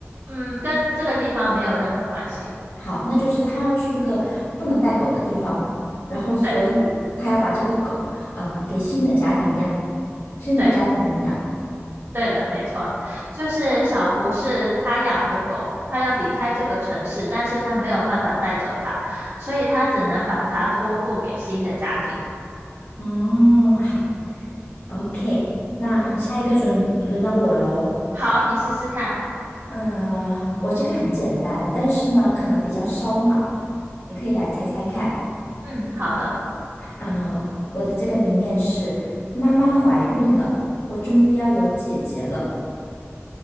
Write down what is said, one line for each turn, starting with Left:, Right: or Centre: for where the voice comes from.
Right: 嗯，跟这个地方没有任何关系。
Left: 好，那就是他要去一个不能带狗的地方，然后所以他要把这个狗，
Right: 对。
Left: 呃，给新的家庭养，新的家庭领养。
Right: 对对的，没错，就是小福是他养的狗，他要离开这个城市，但是他没有办法带走它，所以他只能把它托付给新的家庭。
Left: 哦，好，OK，那下一个准轮到我喽。
Right: 嗯，好，你试试看。
Left: 嗯，我这个很简单，但是呢，可能比较烧脑，你可以来猜猜看。
Right: 嗯，好的。
Left: 嗯，我的这个谜面是：妈妈怀孕了，我终于要有姐姐了。